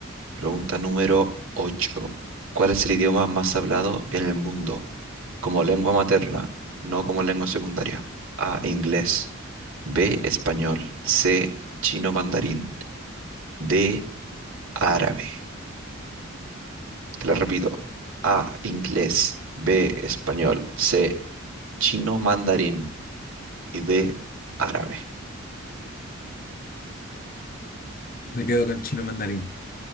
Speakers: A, on the right; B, on the left.
A: Pregunta número 8. ¿Cuál es el idioma más hablado en el mundo? Como lengua materna, no como lengua secundaria. A. Inglés. B. Español. C. Chino mandarín. D. Árabe. Te lo repito. A. Inglés. B. Español. C. Chino mandarín. Y D. Árabe.
B: Me quedo con chino mandarín.